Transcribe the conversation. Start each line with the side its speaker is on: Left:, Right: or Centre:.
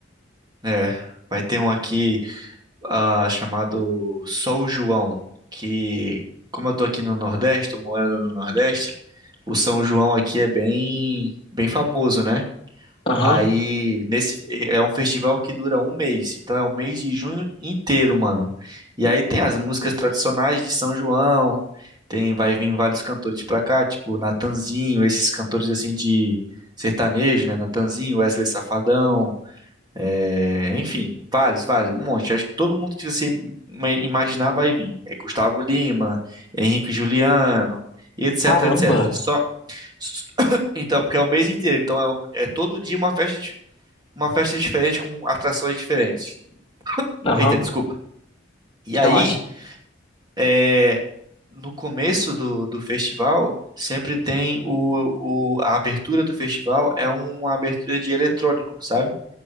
Right: É, vai ter um aqui. ah, chamado São João, que como eu tô aqui no Nordeste, tô morando no Nordeste, o São João aqui é bem, bem famoso, né?
Left: Aham,
Right: Aí nesse é um festival que dura um mês, então é um mês de junho inteiro, mano. E aí tem as músicas tradicionais de São João, tem vai vir vários cantores pra cá, tipo Natanzinho, esses cantores assim de sertanejo, né? Natanzinho, Wesley Safadão, é, enfim, vários, vários, um monte. Acho que todo mundo que você ima- imaginar vai vir. É Gustavo Lima, Henrique Juliano, e etc,
Left: caramba.
Right: etc. Só s- <coughs> então, porque é o mês inteiro, então é, o- é todo dia uma festa, dif- uma festa diferente com atrações diferentes.
Left: Aham,
Right: Eita, desculpa. E aí,
Left: relaxa.
Right: é, no começo do, do festival, sempre tem o, o- a abertura do festival é uma abertura de eletrônico, sabe?